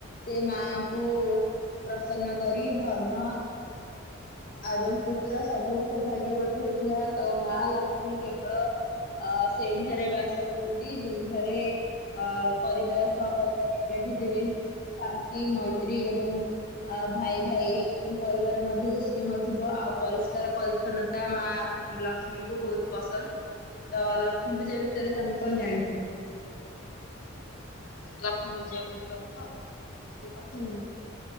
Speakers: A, on the left; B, on the left.
A: ସେ ମାଙ୍କୁ ପ୍ରସନ୍ନ କରି ଧନ ଆଉ ଏବଂ ପୁତ୍ର ସବୁ ସୌଭାଗ୍ୟବତୀ ହଉଥିଲା ତ ମା ଲକ୍ଷ୍ମୀ କେବଳ ଅ ସେଇଠାରେ ବାସ କରନ୍ତି ଯୋଉଁଠାରେ ଅ ପରିବାର ସହପକ୍ଷରେ ଏକାଠିଥିଲେ ଶାନ୍ତି ମୈତ୍ରୀ ଏବଂ ଆ ଭାଇ ଭାଇ ପରିବାର ମଧ୍ୟରେ ସ୍ନେହ ଥିବ ଆଉ ପରିଷ୍କାର ପରି ଛନତା ମା ଲକ୍ଷ୍ମୀଙ୍କୁ ବହୁତ ପସନ୍ଦ ତ ଲକ୍ଷ୍ମୀ ପୂଜା ବିଷୟରେ ତମେ କଣ ଜାଣିଛ?
B: ଲକ୍ଷ୍ମୀ ପୂଜା ଗୁରୁବାର ତ <unintelligible>
A: ହୁଁ।